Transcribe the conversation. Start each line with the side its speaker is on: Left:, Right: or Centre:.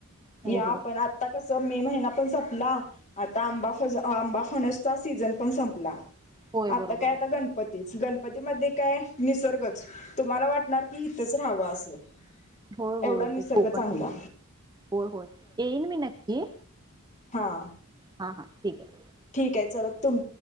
Right: हो
Left: या
Right: हो
Left: आपण आ ता कसं मे महिना पण सपला. आता आंबा, फज आंबा फणसचा, सीझन पण संपला
Right: होय बरोबर
Left: आता काय आता
Right: आहे
Left: गण पतीच, गणपतीमध्ये काय निसर्गच, तुम्हाला वाटणार की इथेच राहावं असं.
Right: होय,
Left: एवढा
Right: होय
Left: निसर्ग
Right: ते कोकण
Left: चांगला
Right: होय, होय येईन मी नक्की.
Left: हा!
Right: हा, हां ठीक आहे.
Left: ठीक आहे चला तुम